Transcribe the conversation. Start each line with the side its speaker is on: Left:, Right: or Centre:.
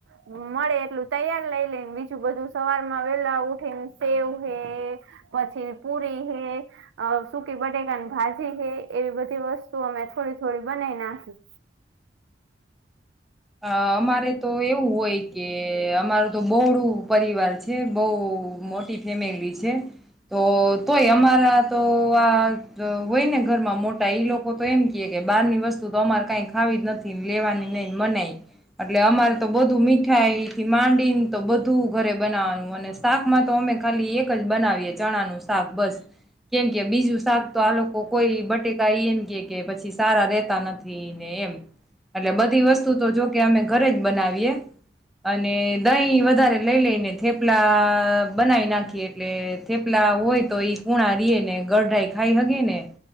Right: મળે એટલું તૈયાર લઈ લેને બીજું બધું સવાર માં વેલા ઉઠીને સેવ હે પછી પુરી હે સુકી બટેકાની ભાજી હે એવી બધી વસ્તુ અમે થોડી થોડી બનાવી નાખી
Centre: અ અમારે તો એવું હોય કે અમારું તો બહોળું પરિવાર છે બહ મોટી ફેમિલી છે તો તોય અમારા તો આ હોય ને ઘરમાં મોટા ઈ લોકો તો એમ ક કે બહારની વસ્તુ તો અમારે કઈ ખાવી જ નથી લેવાની નહી મનાય એટલે અમારે તો બધું મીઠાઈથી માંડીને તો બધું ઘરે બનાવવાનું અને શાકમાં તો અમે ખાલી એક જ બનાવીએ ચણા નું શાક બસ કેમ કે બીજું શાક તો આ લોકો કોઈ બટેકા એને કે કે પછી સારા રેતા નથીને એમ એટલે બધી વસ્તુ તો જોકે અમે ઘરે જ બનાવીએ અને દહી વધારે લઈ લઈને થેપલા બનાવી નાખીએ એટલે થેપલા હોય તો ઈ કૂણા રે ને ગઢરાઈ ખાઈ હગે ને